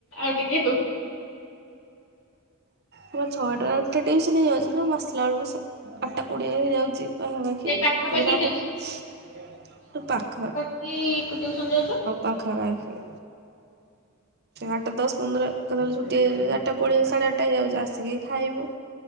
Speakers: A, on the left; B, on the right.
A: ଆଉ ଟିକେ
B: ମୋର ଛଅ ଟା ଟିଉସନ ହେଇଯାଉଛି ନା ଆସିଲା ଆଳକୁ ସାତ୍ ଆଠଟା କୋଡ଼ିଏ ହେଇଯାଉଛି ପାଖାପାଖି
A: ସେ ପାଖାପାଖି
B: କୋଉଦିନ ଆଠଟା
A: ଟିଉସନ
B: ପାଖରେ
A: କି ଟିଉସନ ଯାଉଛ? ଦୂରିଆ
B: ପାଖା ପାଖି ଆଠଟା ଦଶ ପନ୍ଦର କେତେବେଳେ ଛୁଟି ହେଇଯାଉଛି ଆଠଟା କୋଡିଏ ସାଢେ ଆଠଟା ହେଇଯାଉଛି ଆସିକି ଖାଇବ।